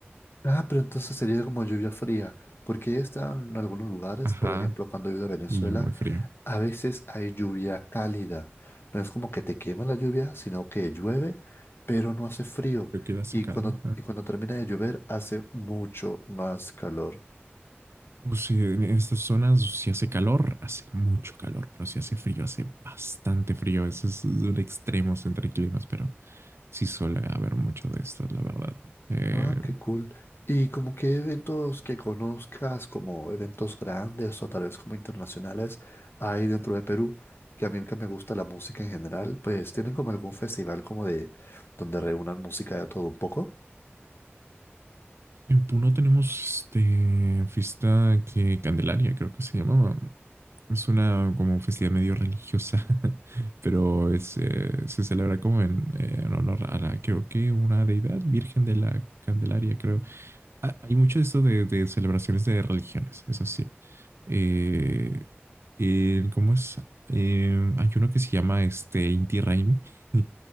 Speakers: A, on the left; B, on the right.
A: Ah, pero entonces sería como lluvia fría, porque está en algunos lugares,
B: Ajá,
A: por ejemplo, cuando he ido a Venezuela,
B: y muy frío.
A: a veces hay lluvia cálida. No es como que te quema la lluvia, sino que llueve, pero no hace frío.
B: Pero queda secado.
A: Y cuando, y cuando termina de llover, hace mucho más calor.
B: Uh, sí, en estas zonas si hace calor, hace mucho calor, pero si hace frío, hace bastante frío. Eso es un extremo entre climas, pero sí suele haber mucho de estas, la verdad. Eh,
A: Ah, qué cool. Y como que eventos que conozcas, como eventos grandes o tal vez como internacionales, hay dentro de Perú, que a mí que me gusta la música en general, pues tienen como algún festival como de donde reúnan música de todo un poco.
B: en Puno tenemos este fiesta que Candelaria, creo que se llamaba. Es una como festividad medio religiosa, <laughs> pero es, eh, se celebra como en, eh, en honor a la, creo que una deidad, Virgen de la Candelaria, creo. ha- hay mucho esto de, de celebraciones de religiones, eso sí. Eh, eh, ¿cómo es? Eh, hay uno que se llama este Inti Raymi, <laughs>